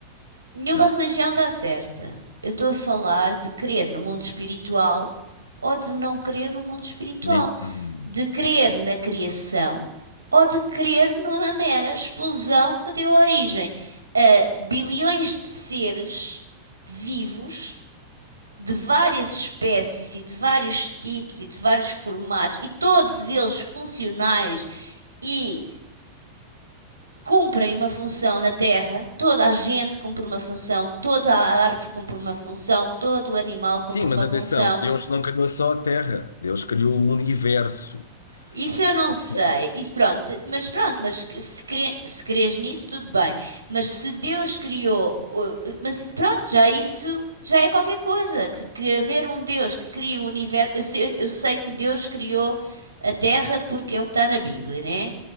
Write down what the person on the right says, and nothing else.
Nenhuma
religião está certa. Eu estou a falar de crer no mundo espiritual ou de não crer no mundo espiritual.
De crer na criação ou de crer numa mera explosão que deu origem a bilhões de seres vivos de várias espécies e de vários tipos e de vários formatos e todos eles funcionais e cumprem uma função na Terra. Toda a gente cumpre uma função, toda a árvore cumpre uma função, todo o animal cumpre
uma
função
Isso eu não
sei.
Isso pronto, t- mas pronto, mas que- se, cre se crês nisso, tudo bem. Mas se Deus criou, uh, mas pronto, já isso já é qualquer coisa. Que, que haver um Deus que cria o universo. Eu sei, eu sei que Deus criou a Terra porque é o que está na Bíblia, né?